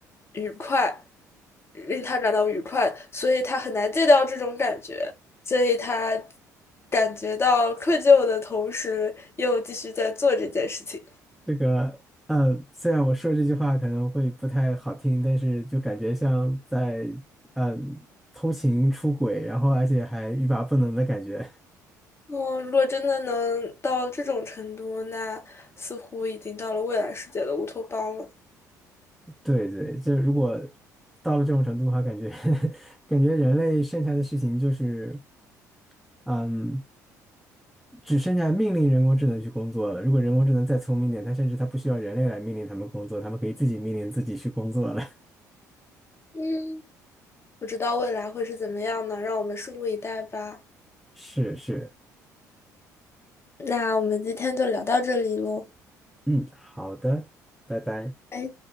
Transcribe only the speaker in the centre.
这个，嗯，虽然我说这句话可能会不太好听，但是就感觉像在，嗯，偷情出轨，然后而且还欲罢不能的感觉。
<laughs> 对对，就如果到了这种程度的话，感觉 <laughs> 感觉人类剩下的事情就是，嗯，只剩下命令人工智能去工作了。如果人工智能再聪明一点，它甚至它不需要人类来命令他们工作，他们可以自己命令自己去工作了。<laughs>
是是，
嗯，好的，拜拜。